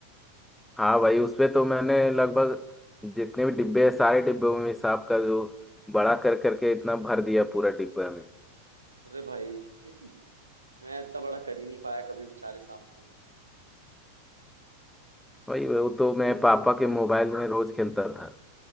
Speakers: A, in the centre; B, on the right.
A: हाँ भाई उसपे तो मैंने लगभग जितने भी डिब्बे हैं सारे डिब्बों में सांप का जो बड़ा कर करके इतना भर दिया पूरा डिब्बा में
B: अरे भाई <laughs> मैं इतना बड़ा कर ही नहीं पाया कभी बेचारे सांप को
A: भाई वो तो मैं पापा के मोबाइल में रोज खेलता था